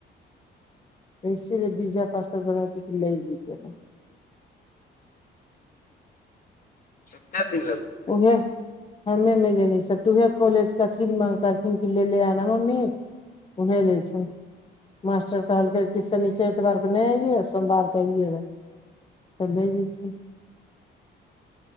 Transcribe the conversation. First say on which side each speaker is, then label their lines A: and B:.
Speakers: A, on the left; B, on the left.
A: ऐसी लऽ पीजा पासता <inaudible> लै जेबे।
B: कयते दिन लागै?
A: येह। हमे नहि जाने छी तूहे कॉलेज क अथी में करथिन कि ले ले आना मम्मी। उहे लै छैय। मास्टर कहलकै कि सनीचर एतबार के नहि आइयए सोमवार के आइये लैय। तऽ द दै छैय।